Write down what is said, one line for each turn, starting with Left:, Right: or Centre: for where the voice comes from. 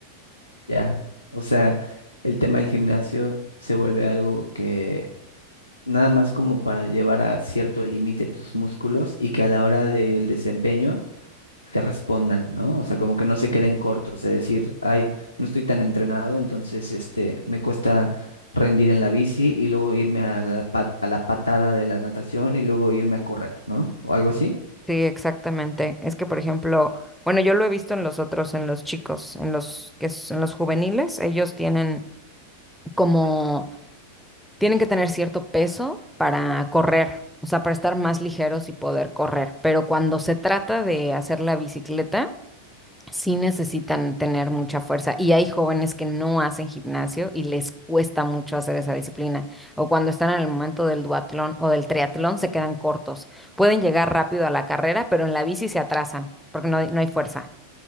Left: Ya, o sea, el tema del gimnasio se vuelve algo que nada más como para llevar a cierto límite tus músculos y que a la hora del desempeño te respondan, ¿no? O sea, como que no se queden cortos, de decir, ay, no estoy tan entrenado, entonces este me cuesta rendir en la bici y luego irme a la pat- a la patada de la natación y luego irme a correr, ¿no? O algo así.
Centre: Sí, exactamente. Es que, por ejemplo, bueno, yo lo he visto en los otros, en los chicos, en los que s- en los juveniles, ellos tienen como tienen que tener cierto peso para correr, o sea, para estar más ligeros y poder correr. Pero cuando se trata de hacer la bicicleta sí necesitan tener mucha fuerza y hay jóvenes que no hacen gimnasio y les cuesta mucho hacer esa disciplina o cuando están en el momento del duatlón o del triatlón se quedan cortos. Pueden llegar rápido a la carrera, pero en la bici se atrasan porque no, hay- no hay fuerza.